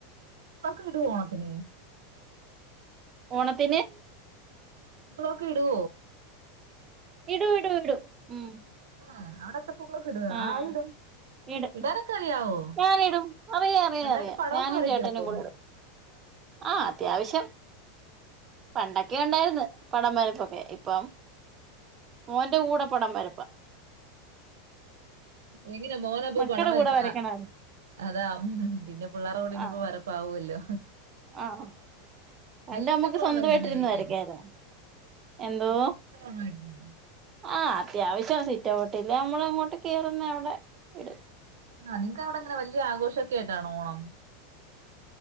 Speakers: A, on the right (about 85°); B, on the right (about 30°).
A: ഒക്കെ ഇടുവോ ഓണത്തിന്
B: ഓണത്തിന്
A: ക്കളൊക്കെ ടോ?
B: ഇടു ഇടു ഇടു ഉം
A: ആഹ് അവടെത്തെ പൂക്കളൊക്കെടോ
B: ആഹ്
A: ആര് ടും.
B: ഇടും
A: ഇടാനൊക്കറിയാവോ
B: ഞാനിടും അറിയാം അറിയാം
A: നന്നായിട്ട്
B: അറിയാം
A: പടൊക്കെ
B: ഞാനും
A: വെര്ക്കപ്പം
B: ചേട്ടനും കൂടെ ഇടും ആഹ് അത്യാവശ്യം പണ്ടൊക്കെണ്ടായിര്ന്ന്. പടം വരപ്പൊക്കെ ഇപ്പം മോൻ്റെ കൂടെ പടം വരപ്പ.
A: എങ്ങനെ മോന പൂ
B: മക്കടെ
A: പടം വരക്
B: കൂടെ വരയ്ക്കണായിരുന്നു
A: ആഹ് അതാ പിന്നെ പിള്ളാരെ കൂടെ ഞ്പ്പോ
B: ആഹ്
A: വരപ്പാവൊല്ലോ.
B: ആഹ് പണ്ട്
A: വലിയ
B: അമ്മക്ക്
A: തക്കളാണോ
B: സ്വന്തയിട്ടിര്ന്നു
A: ഇടുന്നത് വീട്ടിൽ
B: വരക്കായ്‌ര്ന്നു. എന്തോ
A: വലിയ തക്കളാണോ ഇടുന്നത്
B: ആഹ് ത്യാവശ്യ സിറ്റൗട്ടിൻ്റെ അമ്മള ങ്ങോട്ട് കേറുന്നവടെ ഇട്
A: ആഹ് നിങ്ങക്കവടെ ങ്ങനെ വെല്യാ ഘോഷക്കായിട്ടാണോ ഓണം